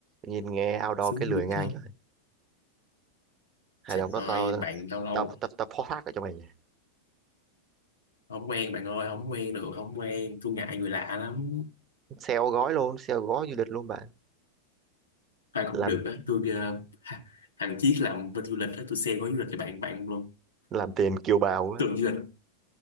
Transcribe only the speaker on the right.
nhìn nghe outdoor
cái lười
ngang
trời hay
là hôm đó
tao
tao tao tao phó thác ở cho mày nha
sale gói luôn sale gói du lịch luôn bạn
làm
làm tiền kiều bào á